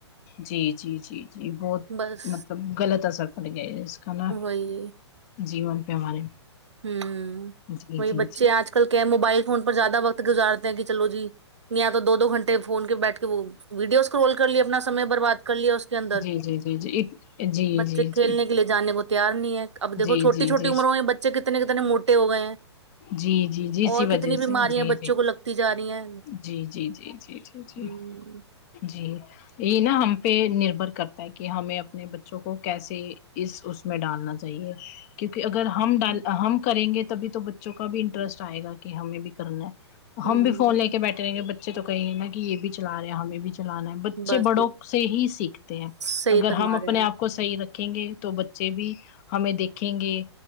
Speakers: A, on the left; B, on the right.
A: جی جی جی جی بہت
B: بس
A: مطلب غلط اثر پڑ گیا کنا
B: وہی
A: جی ون پہ ہمارے
B: ہم
A: جی
B: وہی
A: جی
B: بچے
A: جی
B: اج کل کیا موبائل فون پر زیادہ وقت گزارتے ہیں کہ چلو جی یا تو دو گھنٹے فون کے بیٹھ کے وہ ویڈیو سکرول کر لیا اپنا سمے بر بات کر لیا اس کے اندر
A: جی جی جی جی ایک جی
B: بچے
A: جی
B: کھیلنے
A: جی
B: کے کے لیے جان کو تیار نہیں ہے اب دھو
A: جی
B: چھوٹی
A: جی جی
B: چھوٹی عمروں میں بچے کتنے کتنے موٹے ہو گئے ہیں
A: جی جی جی اسی
B: اور
A: وجہ
B: کتنے بیماریاں
A: سے جی
B: بچوں
A: جی
B: کو لگتی جا رہی ہیں
A: جی جی جی جی جی جی
B: ہم
A: جی یہ نا ہم پہ نربھر کرتا ہے کہ ہمیں اپنے بچوں کو کیسے اس اوس میں ڈالنا چاہیے کیوںکہ اگر ہم ڈال
B: ہ
A: ہم کریں گے تبھی تو بچوں کا بھی انٹرسٹ آئے گا کہ ہمیں بھی کرنا ہے
B: ہوں
A: ہم بھی فون لے کے بیٹھے رہے گ بچے تو کہیں ہیں نا کہ یہ بھی چلا رہے ہیں ہمیں بھی چلانا ہے بچے
B: بس
A: بڑوں سے ہی سیکھتے ہیں
B: صحیح
A: اگر
B: فرما
A: ہم اپنے
B: رہے ہیں
A: آپ کو صحیح رکھیں گے تو بچے بھی ہمیں دیکھیں گے